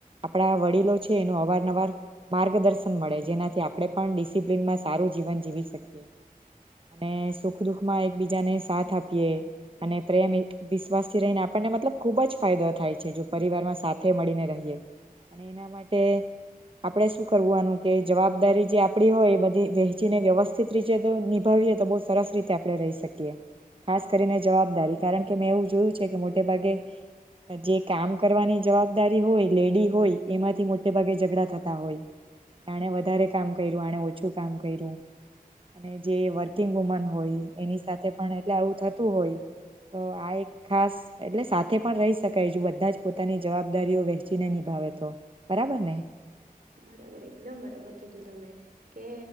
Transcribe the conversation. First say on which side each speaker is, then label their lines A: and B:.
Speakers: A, on the right (about 35°); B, on the right (about 65°).
A: આપણા વડીલો છે એનું અવારનવાર માર્ગદર્શન મળે જેનાથી આપણે પણ ડિસિપ્લનમાં સારું જીવન જીવી શકીએ અને સુખ દુખમાં એકબીજાને સાથ આપીએ અને પ્રેમ વિશ્વાસથી રહીને આપણને મતલબ ખૂબ જ ફાયદો થાય છે જો પરિવારમાં સાથે મળીને રહીએ અને એના માટે આપણે શું કરવાનું કે જવાબદારી જે આપણી હોય એ બધી વહેંચીને વ્યવસ્થિત રીતે તો નિભાવીએ તો બહુ સરસ રીતે આપણે રહી શકીએ ખાસ કરીને જવાબદારી કારણ કે મેં એવું જોયું છે કે મોટે ભાગે જે કામ કરવાની જવાબદારી હોય લેડી હોય એમાંથી મોટે ભાગે ઝઘડા થતા હોય આણે વધારે કામ કર્યું આણે ઓછું કામ કર્યું અને જે વર્કિંગ વુમન હોય એની સાથે પણ એટલે આવું થતું હોય તો આ એક ખાસ એટલે સાથે પણ રહી શકાય જો બધા જ પોતાની જવાબદારીઓ વહેંચીને નિભાવે તો બરાબર ને.
B: બરાબર એકદમ બરાબર કીધું તમે કે